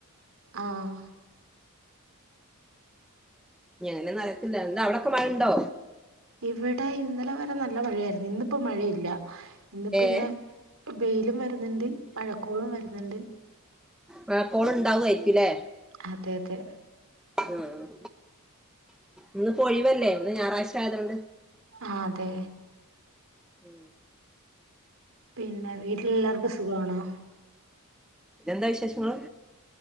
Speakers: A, on the right; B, in the centre.
A: ആഹ്
B: ഞിങ്ങെനെന്നറിയത്തില്ല എന്ത അവ്ടൊക്കെ മഴണ്ടൊ
A: ഇവടെ ഇന്നലെ വരെ നല്ല മഴയായ്രുന്നു ഇന്നിപ്പൊ മഴയില്ല ഇന്നിപ്പ
B: ഏഹ്
A: ഇങ്ങനെ വെയിലും വര്ന്ന്ണ്ട് മഴക്കോളും വര്ന്ന്ണ്ട്
B: വാ കോള്ണ്ടാവ്യാരിക്കുലേ
A: അതെ അതെ
B: ആഹ് ഇന്ന്പ്പ ഒഴിവല്ലെ ഇന്ന് ഞാറാഴ്ച ആയതോണ്ട്
A: ആഹ് തേ
B: ഉം
A: പിന്ന വീട്ടാലെല്ലാർക്കും സുഖവാണൊ
B: എന്ത വിശേഷങ്ങള്